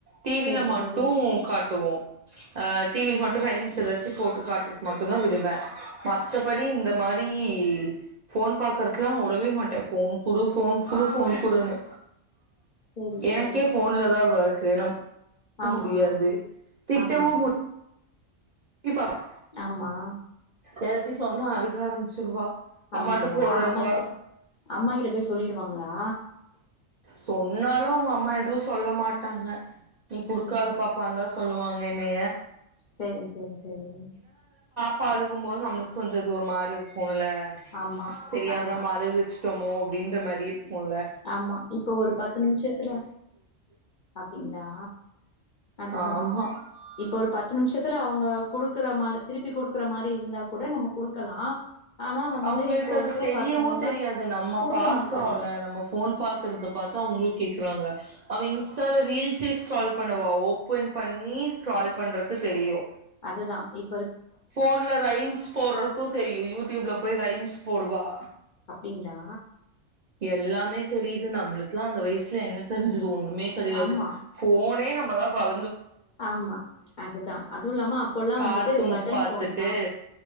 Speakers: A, on the right; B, on the left.
A: டி
B: செரி
A: வில மட்டும்
B: செரி
A: காட் டுவோம் ஹ டி வில மட்டும் ரைம்ஸ் ஏதாச்சு போட்டு காட்றதுக்கு மட்டும்தான் விடுவேன் மத்த படி இந்த மாரி போன் பாக்குறதுலாம் நான் உடவே மாட்டேன் போன் குடு போன் குடு போன் குடுன்னு
B: செரி செரி
A: எனக்கே போன்லதான் வ கு நமக்
B: ஆமா
A: முடியாது திட்டவும்
B: ஆமா
A: முடி இபாஃப்
B: ஆமா
A: ஏதாச்சும் சொன்னா அழுக ஆரம்பிச்சிருவா
B: அப்டிங்களா
A: அம்மாட்ட போறேன்னுவா
B: அம்மா கிட்ட அம்மா கிட்ட போய் சொல்லிடு வாங்களா
A: சொன்னாலும் அவுங்க அம்மா எதுவும் சொல்ல மாட்டாங்க நீ குடுக்காத
B: ம்
A: பாப்பான் தான் சொ சொல்லுவாங்க என்னைய
B: செரி செரி செரி
A: பா அழுகும் போது நம்மள்க் கொஞ்சோ அது ஒர் மார்ருக்குல்ல ல
B: ஆமா
A: தெரியாம
B: அதுதா
A: நம்ம அழுக வச்சுட்டோமோ அப்டின்ற மாரி இருக் குல்ல
B: ஆமா இப்போ ஒரு பத்து நிம்ஷெத்துல அப்டிங்ளா அதுதா
A: ஆமா
B: இப்ப ஒரு பத் த்து நிமிஷத்துல அவுங்க குடுக்குற மாரி திருப்பி குடுக்குற மாரி இருந்தா கூட நமக் குடுக்கலா ஆனா வந்து
A: அவங்களுக்கு
B: இப்போ
A: அது
B: இருக்குற
A: தெரியவு
B: பசங்கல்லா
A: தெரியாது நம்ம
B: குடுக்க
A: பாக்குறோம்ல
B: மாட்டாங்க
A: நம்ம ஃபோன் பாக்குறத பாத்தா அவுங்ளு கேக்குறாங்க அவ இன்ஸ்டால ரீல்ஸே ஸ்ட்ரால் பண்ணுவா ஓபன் பண்ணி ஸ்ட்ரால் பண்றக்கு தெரியு
B: அதுதா இப்
A: ஃபோன்ல ரைம்ஸ் போட்றக்கு தெரியு யூடியூப்ல போய் ரைம்ஸ் போடுவா
B: அப்டிங்ளா
A: எல்லாமே தெரியிது நம்ளுக் க்லா அந்த வயசுல என்ன தெருஞ்சது ஒண்ணுமே கெடையாது
B: ஆமா
A: ஃபோனே நம் ம்மளா வள
B: ஆமா அதுதா அதுவுல்லாம அப்போல்லா
A: கார்ட்டூன்ஸ்
B: வந்துட்டு பட்டன் ஃபோனு
A: பாத்துட்டு
B: தா